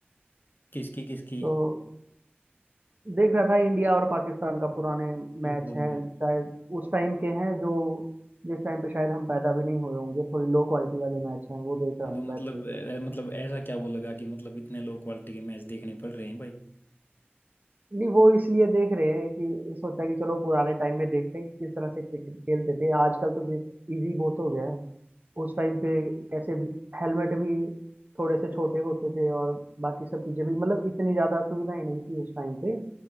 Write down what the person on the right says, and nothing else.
तो देख रहा था इंडिया और पाकिस्तान का पुराने मैच
हैं शायद उस टाइम के हैं जो जिस टाइम पे शायद हम पैदा भी नहीं हुए होंगे थोड़ी लो क्वालिटी वाले मैच हैं वो देख रहा
हूँ
बैठ के
नहीं वो इसलिए देख रहे हैं कि सोचा कि चलो पुराने टाइम में देखते हैं कि किस तरह से क्रिकेट खेलते थे आजकल तो क्रिकेट इजी बहुत हो गया है उस टाइम पे कैसे हेलमेट भी थोड़े से छोटे होते थे और बाकी सब चीजें भी मतलब इतनी ज्यादा सुविधा ही नहीं थी उस टाइम पे